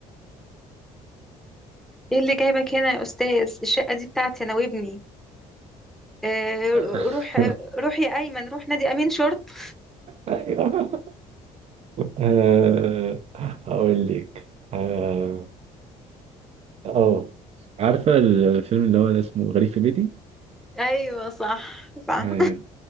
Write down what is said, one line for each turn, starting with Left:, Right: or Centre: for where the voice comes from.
Centre: ايه اللي جايبك هنا يا استاذ الشقه دي بتاعتي انا وابني آه،
Right: <laughs>
Centre: روح روح يا ايمن روح نادي امين شرطه
Right: ايوه آه، هقول لك اه آه. عارفة الفيلم اللي هو اسمه غريب في بيتي
Centre: ايوه صح صح
Right: ايوه